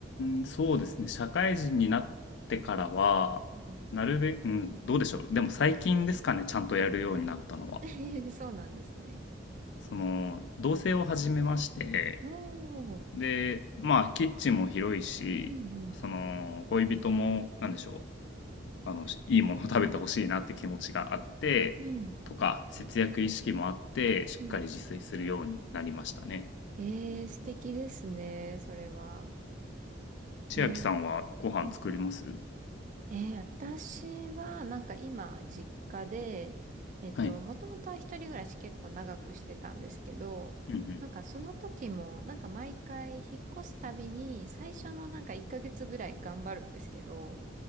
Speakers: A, on the left; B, on the right.
A: ん、そうですね。社会人になってからは、
B: う
A: なるべく、うん、どうでしょう。でも最近ですかね、ちゃんとやるようになったのは。
B: ん <laughs> そうなんですね。
A: その、同棲を始めまして、
B: おー、
A: で、まあ、キッチンも広いし、
B: うんうん、
A: その、恋人も、なんでしょう。あの、いいものを食べてほしいなって気持ちがあって、
B: うん、
A: とか、節約意識もあって、しっかり自炊するようになりましたね。
B: うん。えー、素敵ですね、それは。
A: 千秋さんはご飯作ります
B: えーうんえー、私は、なんか今、実家で、えっと、
A: はい。
B: もともとは一人暮らし結構長くしてたんですけど、
A: うんうん。
B: なんかその時も、なんか毎回引っ越すたびに、最初のなんか1ヶ月ぐらい頑張るんですけど、